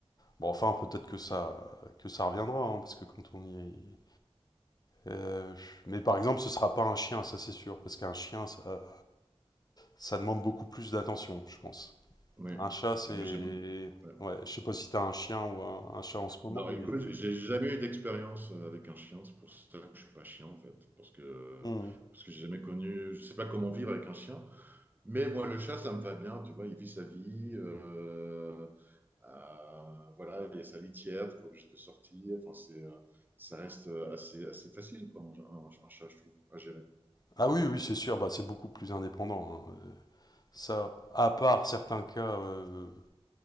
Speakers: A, on the left (about 40°); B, on the right (about 20°).
A: Bon, enfin, peut-être que ça, que ça reviendra, hein, parce que quand on y, Euh, mais par exemple, ce sera pas un chien, ça c'est sûr, parce qu'un chien, ça, ça demande beaucoup plus d'attention, je pense.
B: Oui.
A: Un chat, c'est...
B: Mais Moi, j'aime. ouais.
A: Ouais, je sais pas si t'as un chien ou un, un chat en ce moment,
B: Non, écoute,
A: mais...
B: j'ai jamais eu d'expérience euh, avec un chien. C'est pour ça que je suis pas chien, en fait. Parce que,
A: Hmm.
B: parce que j'ai jamais connu. Je sais pas comment vivre avec un chien. Mais moi, le chat, ça me va bien, tu vois, il vit sa vie. euh, euh, voilà, il y a sa litière, t'es pas obligé de sortir. Enfin, c'est, euh, ça reste euh, assez, assez facile, quoi, un, un- un chat, je trouve, à gérer.
A: Ah oui, oui, c'est sûr, bah, c'est beaucoup plus indépendant. hein. Euh, Ça, à part certains cas euh,